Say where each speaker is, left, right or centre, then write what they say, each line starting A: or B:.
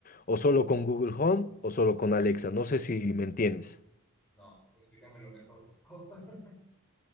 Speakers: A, on the left; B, in the centre.
A: o solo con Google Home, o solo con Alexa. No sé si me entiendes.
B: No, explícamelo mejor, por favor. <laughs>